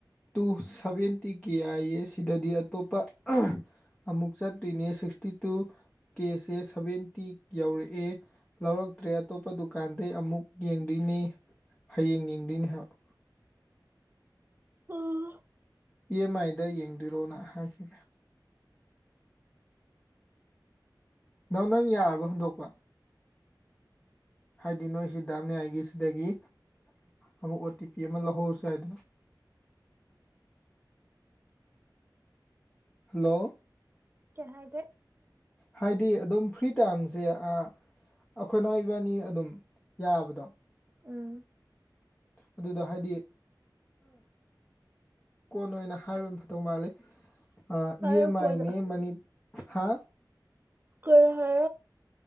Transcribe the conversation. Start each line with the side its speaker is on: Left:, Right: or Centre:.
Left: ꯇꯨ ꯁꯚꯦꯟꯇꯤ ꯀꯦ ꯑꯥꯏꯌꯦ ꯁꯤꯗꯗꯤ ꯑꯇꯣꯞꯄ ꯑꯃꯃꯨꯛ ꯆꯠ ꯇ ꯁꯤꯛꯁꯇꯤ ꯇꯨ ꯀꯦꯁꯦ ꯁꯚꯦꯟꯇꯤ ꯌꯧꯔꯛꯑꯦ ꯂꯧꯔꯛꯇ꯭ꯔꯦ ꯑꯇꯣꯞꯄ ꯗꯨꯀꯥꯟꯗꯩ ꯑꯃꯨꯛ ꯌꯦꯡꯗꯣꯏꯅꯦ ꯍꯌꯦꯡ ꯌꯦꯡꯗꯣꯏꯅꯦ ꯍꯥꯏꯕ
Right: ꯎꯝ
Left: ꯏ ꯑꯦꯝ ꯑꯥꯏꯗ ꯌꯦꯡꯕꯤꯔꯣꯅ ꯍꯥꯏꯈꯤꯒꯦ ꯅꯪ ꯅꯪ ꯌꯥꯔꯕ ꯍꯟꯗꯣꯛꯄ ꯍꯥꯏꯗꯤ ꯅꯣꯏꯁꯤ ꯗꯥꯝꯅꯤꯌꯥꯏꯒꯤ ꯁꯤꯗꯒꯤ ꯑꯃꯨꯛ ꯑꯣ ꯇꯤ ꯄꯤ ꯑꯃ ꯂꯧꯍꯧꯔꯁꯨ ꯍꯥꯏꯗꯅ <inaudible> ꯍꯜꯂꯣ
Right: ꯀꯩ ꯍꯥꯏꯒꯦ
Left: ꯍꯥꯏꯗꯤ ꯑꯗꯨꯝ ꯐ꯭ꯔꯤꯠ ꯇꯝꯁꯦ ꯑꯩꯈꯣꯏꯅ ꯑꯣꯏꯕ ꯑꯅꯤ ꯑꯗꯨꯝ ꯌꯥꯕꯗꯣ
Right: ꯎꯝ
Left: ꯑꯗꯨꯗ ꯍꯥꯏꯗꯤ ꯀꯣꯟꯅ ꯑꯣꯏꯅ ꯍꯥꯏꯕ ꯃꯊꯧ ꯃꯥꯜꯂꯤ ꯑ
Right: ꯍꯥꯏꯔꯣ
Left: ꯏ ꯑꯦꯦꯝ
Right: ꯀꯣꯟꯅ
Left: ꯑꯥꯏꯅꯦ ꯃꯅꯤ ꯍꯥ
Right: ꯀꯔ ꯍꯥꯏ